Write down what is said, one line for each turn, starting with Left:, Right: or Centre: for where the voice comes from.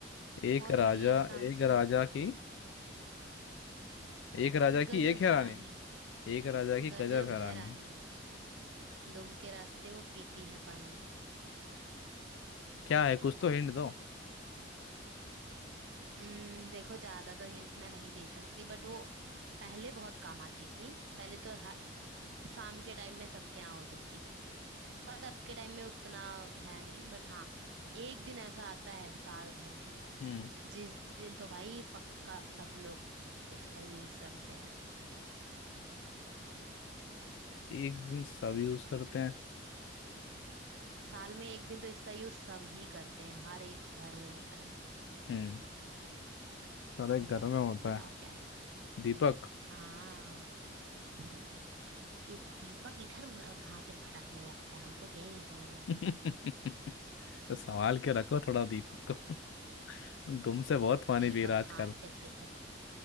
Left: एक
Right: बहुत
Left: राजा
Right: बढ़िया इसका आंसर
Left: एक
Right: है
Left: राजा की एक राजा की
Right: गजब
Left: एक
Right: है
Left: है रानी
Right: रानी
Left: एक राजा की
Right: गजब
Left: गजब है रानी
Right: है रानी दुम के रास्ते वो पीती है पानी
Left: क्या है कुछ तो हिंट दो
Right: हम्म, देखो ज्यादा तो हिंट मैं नहीं दे सकती बट वो पहले बहुत काम आती थी पहले तो ह- शाम के टाइम में सबके यहाँ वो दिखती थी बट अब के टाइम में उतना है नहीं बट हाँ एक दिन ऐसा आता है साल भर में
Left: हम्म
Right: जिस दिन तो भाई पक्का सब लोग इसका यूज करते हैं
Left: एक दिन सब यूज करते हैं
Right: साल में एक दिन तो इसका यूज सब ही करते हैं हर एक घर में होता है
Left: हम्म सारे घर
Right: हम्म
Left: में होता
Right: बताओ
Left: है
Right: क्या है वो?
Left: दीपक
Right: हाँ <laughs> ये दीपक इधर उधर कहाँ से भटकने लगता है हमको तो यही नहीं समझ में आता
Left: <laughs> तो संभाल के रखो थोड़ा दीपक को <laughs> तुमसे बहुत पानी
Right: दीपक
Left: पी रहा आजकल
Right: हाथ से फिसल